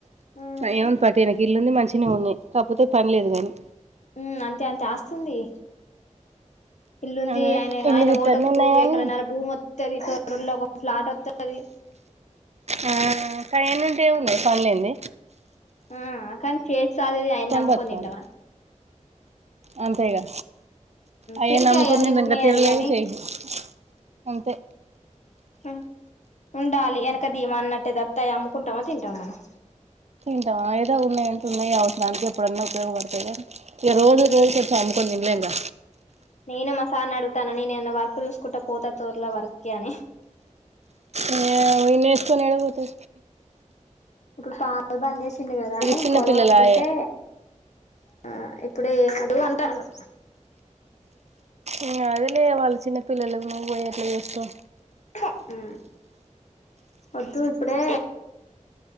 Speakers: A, on the left; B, on the right.
A: హ్మ్
B: ఏముంది పాటు ఈయనకి ఇల్లుంది మంచినే ఉన్నాయి కాకపోతే పని లేదు కానీ
A: ఉ అంతే అంతే ఆస్తుంది ఇల్లుంది
B: అదే
A: ఆయన
B: ఇల్లు
A: ఆయన
B: గిట్ట
A: ఓటకు
B: అన్నీ ఉన్నాయి గాని
A: ఎకరన్నర భూ మొం తడి తొర్రొర్ల లో ఒక ఫ్లాట్ వస్తది
B: ఆ కాైన్డి ఏమున్నాయి పనిలయుంది
A: ఆ కాని చేసి చదిద ఆయన్ని నమ్ముకొని
B: బతకాలి
A: తింటామా
B: అంతేగా అయ్యే
A: పెరిగాయి
B: నమ్ముకొని
A: అన్నీ
B: నేను
A: ఉన్నాయని
B: ఇంకా తినలేవు
A: కాగానీ
B: చేయలేవు అంతే
A: హ ఉండాలి వెనకదిమ అన్నట్టే తప్తాయి అమ్ముకుంటామో తింటామా మనం
B: తింటావ ఏదో ఉన్నాయి అంటే ఉన్నాయి అవసరనికి ఎప్పుడైన్నా ఉపయోగడతాయి కదా ఇగ రోజు
A: ఉమ్
B: రోజు కొ అమ్కుొని తినలేం గ
A: నేను మా సార్ని అడుగుతాను నేనున్న వర్క్ చూసుకుంటా పోతా తోర్లో వర్క్ అని
B: ఆ ఇన్నసుకొని అడుపోతే
A: ఇప్పుడు పాత్ బంద్ చేసిండు కదా అని
B: చిన్నపిల్లలాయే
A: పోదాం అనుకుంటే. ఆ ఇప్పుడేఎం వద్దు అంటాడు
B: ఇంగ అదే లే వాళ్ళ చిన్న పిల్లలలకు నువ్వు బోయి ఎట్లా చేస్తవు
A: కా హు వద్దు ఇప్పుడే